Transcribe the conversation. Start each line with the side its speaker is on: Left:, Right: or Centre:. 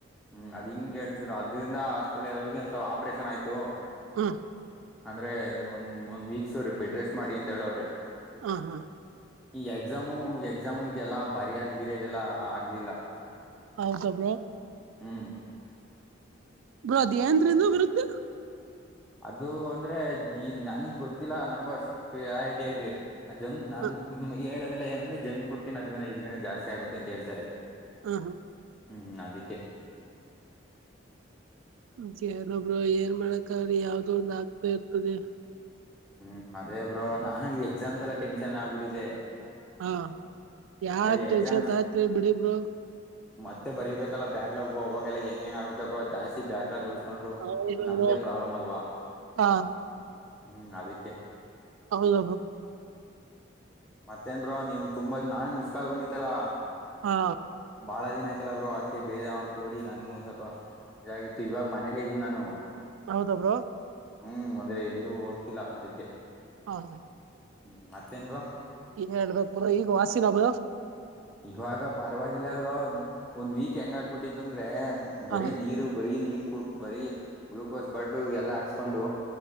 Centre: ಹ್ಮ್ ಅ್ ಹಿಂಗ್ ಹೇಳ್ತಿದ್ರು ಅದ್ರಿಂದ ಹಾಸ್ಪಿಟ್ಲ್ ಹೋಗಿ ಒಂದ್ಸಲ್ ಆಪ್ರೇಷನ್ ಆಯ್ತು
Right: ಹಾ
Centre: ಅಂದ್ರೆ ಒಂದ್ ಒಂದ್ ವೀಕ್ ಸ ಬೆಡ್ ರೆಸ್ಟ್ ಮಾಡಿ ಅಂತ ಹೇಳವ್ರೆ
Right: ಹ ಹಾ
Centre: ಈ ಎಕ್ಸಾಮು ಎಕ್ಸಾಮು ಇದೆಲ್ಲಾ ಬರಿಯದ್ ಗಿರಿಯದೆ ಎಲ್ಲಾ ಆಗ್ಲಿಲ್ಲ
Right: ಹ <unintelligible>
Centre: ಹ್ಮ್
Right: ಬ್ರೋ ಏಂದ್ರಿಂದ ಬರುತ್ತೆ
Centre: ಅದು ಅಂದ್ರೆ ನನ್ಗ್ ಗೊತ್ತಿಲ್ಲ ನಂಗ ಅಷ್ಟ ಆ ಕ್ಲಾರಿಟಿಯಾಗಿ ಆ ಜಂಕ್ ನ್
Right: ಹ
Centre: ಹೇಳದೆಲ್ಲ ಏನಂದ್ರೆ ಜಂಕ್ ಫುಡ್ ತಿನ್ನೋದ್ರ ಇದ್ರ ಜಾಸ್ತಿ ಆಗುತ್ತೆ ಅಂತ ಹೇಳ್ತಾರೆ
Right: ಹ ಹಾ
Centre: ಹ್ಮ್ ಹ್ಮ್ ಅದಕ್ಕೆ
Right: <unintelligible> ಏನ್ ಮಾಡಕ್ರಿ ಯಾವ್ದ ಒಂದ್ ಆಗ್ತಾ ಇರ್ತದೆ
Centre: ಹ್ಮ್ ಅದೇ ಬ್ರೋ ನಾನು ಈ ಎಕ್ಸಾಮ್ ಎಲ್ಲ ಟೆನ್ಷನ್ ಆಗ್ಬಿಟ್ಟಿದೆ
Right: ಹಾ ಯಾವ
Centre: ಅಂದ್ರೆ
Right: ಟೆನ್ಷನ್ತ್ಯತ್ರಿ
Centre: ಎಕ್ಸಾಮ್ಸ್
Right: ಬಿಡಿಬರು
Centre: ಮತ್ತೆ ಬರಿಬೇಕಲ್ಲ ಬ್ಯಾಕ್ಲಾಗ್ ಹೋಗಾಗಲ್ಲ ಹೆಂಗ ಹೆಂಗ ಆಗುತ್ತೆ ಬ್ರೋ ಜಾಸ್ತಿ ಬ್ಯಾಕ್ ಉಳುಕೊಂಡ್ರು
Right: ಹೌದ
Centre: ನಮ್ಗೆ
Right: ಬ್ರೋ
Centre: ಪ್ರಾಬ್ಲಮ್ ಅಲ್ವಾ
Right: ಹಾ
Centre: ಹ್ಮ್ ಅದಕ್ಕೆ
Right: ಹೌದ
Centre: ಮತ್ತೇನ್ ಬ್ರೋ ನೀವ ತುಂಬಾ ನಾನ್ ಮಿಸ್ ಕಾಲ್ ಬೊಂಡಿತ್ತಲ್ಲಾ
Right: ಹಾ
Centre: ಬಾಳ ದಿನ ಆಯ್ತಲ್ಲ ಬ್ರರು ಅತ್ಕಗೆ ಬೇಜ ಮಾಡ್ಕೋಬೇಡಿ ನನ್ಗೂ ಸ್ವಲ್ಪ ಇದಾಗಿತ್ತು ಇವಾಗ ಮನೇಲ್ಲ ಇದ್ದನಿ ನಾನು
Right: ಹೌದ ಬ್ರೋ
Centre: ಹ್ಮ್ ಅಂದ್ರೆ ಎಲ್ಲೂ ಹೋಗ್ತಿಲ್ಲ ಅದಕ್ಕೆ
Right: ಹೌದ
Centre: ಹ್ಮ್ ಮತ್ತೇನ್ ಬ್ರೋ
Right: ಹೇಳ್ಬೇಕ್ ಬ್ರೋಈಗ ವಾಸಿನಬ
Centre: ಇವಾಗ ಪರವಾಗಿಲ್ಲ ಅವ ಒಂದ್ ವೀಕ್ ಹೆಂಗ ಆಬಿಟ್ಟಿತ್ತು ಅಂದ್ರೆ ಬರೀ
Right: ಹಾ
Centre: ನೀರು ಬರೀ ನೀರ್ ಬರೀ ಗ್ಲುೂಕೋಸ್ ಬಾಟ್ಲು ಎಲ್ಲಾ ಹಾಕ್ಸ್ಕೊಂಡು